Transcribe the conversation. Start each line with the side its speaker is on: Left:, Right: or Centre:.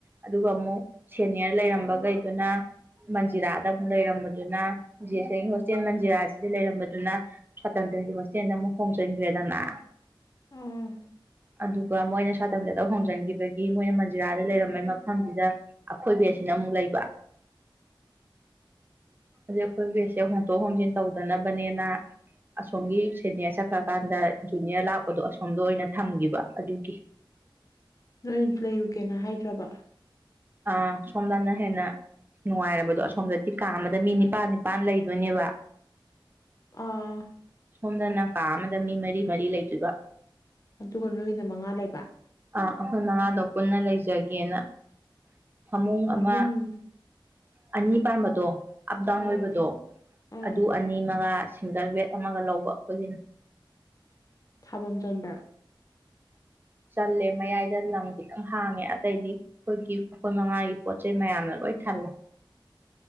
Right: ꯑꯗꯨꯒ ꯑꯃꯨꯛ ꯁꯦꯅꯤꯌꯔ ꯂꯩꯔꯝꯕꯈꯩꯗꯨꯅ ꯃꯟꯖꯤꯔꯥꯗ ꯑꯃꯨꯛ ꯂꯩꯔꯝꯕꯗꯨꯅ ꯖꯤꯁ ꯑꯦꯝꯒꯤ ꯍꯣꯁꯇꯦꯜ ꯃꯟꯖꯤꯔꯥꯁꯤꯗ ꯂꯩꯔꯝꯕꯗꯨꯅ ꯁ꯭ꯋꯥꯇꯟꯇ꯭ꯔꯒꯤ ꯃꯁꯦꯜꯗ ꯑꯃꯨꯛ ꯍꯣꯡꯖꯤꯟꯈ꯭ꯔꯦꯗꯅ
Left: ꯑꯥ
Right: ꯑꯗꯨꯒ ꯃꯣꯏꯅ ꯁ꯭ꯋꯥꯇꯟꯇ꯭ꯔꯗ ꯍꯣꯡꯖꯤꯟꯈꯤꯕꯒꯤ ꯃꯣꯏꯅ ꯃꯟꯖꯤꯔꯥꯗ ꯂꯩꯔꯝꯝꯕ ꯃꯐꯝꯁꯤꯗ ꯑꯩꯈꯣꯏ ꯕꯦꯠꯁꯤꯅ ꯑꯃꯨꯛ ꯂꯩꯕ ꯑꯗꯨ ꯑꯩꯈꯣꯏ ꯕꯦꯠꯁꯦ ꯍꯣꯡꯗꯣꯛ ꯍꯣꯡꯖꯤꯟ ꯇꯧꯗꯅꯕꯅꯦꯅ ꯑꯁꯣꯝꯒꯤ ꯁꯦꯅꯤꯌꯔ ꯆꯠꯈ꯭ꯔꯀꯥꯟꯗ ꯖꯨꯅꯤꯌꯔ ꯂꯥꯛꯄꯗꯣ ꯑꯁꯣꯝꯗ ꯑꯣꯏꯅ ꯊꯝꯈꯤꯕ ꯑꯗꯨꯒꯤ꯫
Left: ꯅꯣꯏꯅꯁꯨ ꯂꯩꯔꯨꯒꯦꯅ ꯍꯥꯏꯗ꯭ꯔꯕ
Right: ꯑꯥ ꯁꯣꯝꯗꯅ ꯍꯦꯟꯅ ꯅꯨꯡꯉꯥꯏꯔꯕꯗꯣ ꯑꯁꯣꯝꯗꯗꯤ ꯀꯥ ꯑꯃꯗ ꯃꯤ ꯅꯤꯄꯥꯜ ꯅꯤꯄꯥꯜ ꯂꯩꯗꯣꯏꯅꯦꯕ
Left: ꯑꯥ
Right: ꯁꯣꯝꯗꯅ ꯀꯥ ꯑꯃꯗ ꯃꯤ ꯃꯔꯤ ꯃꯔꯤ ꯂꯩꯗꯣꯏꯕ
Left: ꯑꯗꯨꯒ ꯅꯣꯏꯅ ꯃꯉꯥ ꯂꯩꯕ
Right: ꯑꯩꯈꯣꯏ ꯃꯉꯥꯗꯣ ꯄꯨꯟꯅ ꯂꯩꯖꯒꯦꯅ ꯐꯃꯨꯡ
Left: ꯐꯃꯨꯡ
Right: ꯑꯃ ꯑꯅꯤ ꯄꯝꯕꯗꯣ ꯑꯞ ꯗꯥꯎꯟ
Left: ꯑ
Right: ꯑꯣꯏꯕꯗꯣ
Left: ꯑ
Right: ꯑꯗꯨ ꯑꯅꯤ ꯃꯉꯥ ꯁꯤꯡꯒꯜ ꯕꯦꯗ ꯑꯃꯒ ꯂꯧꯕ ꯑꯩꯈꯣꯏꯒꯤꯅꯤ
Left: ꯊꯥꯕꯝ ꯆꯟꯕ꯭ꯔꯥ
Right: ꯆꯜꯂꯦ ꯃꯌꯥꯏꯗ ꯂꯝ ꯈꯤꯇꯪ ꯍꯥꯡꯉꯦ ꯑꯇꯩꯗꯤ ꯑꯩꯈꯣꯏꯒꯤ ꯑꯩꯈꯣꯏ ꯃꯉꯥꯒꯤ ꯄꯣꯠ ꯆꯩꯩ ꯃꯌꯥꯝꯅ ꯂꯣꯏ ꯊꯜꯂꯦ